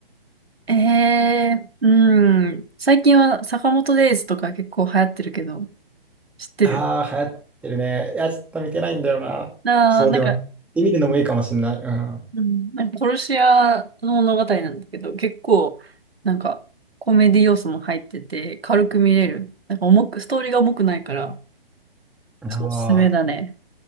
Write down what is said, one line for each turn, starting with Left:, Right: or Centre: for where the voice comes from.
Right: えー、うん。最近は坂本デイズとか結構流行ってるけど、知ってる
Centre: ああ、流行ってるね。いや、ちょっと見てないんだよな。
Right: あー、
Centre: そうでも、
Right: なんか、
Centre: 見てみるのもいいかもしんない。う
Right: うん、なんか殺し屋の物語なんだけど、結構、なんか、コメディ要素も入ってて、軽く見れる。なんか重く、ストーリーが重くないから、
Centre: ん。
Right: ちょっとおすすめだね。
Centre: ああ、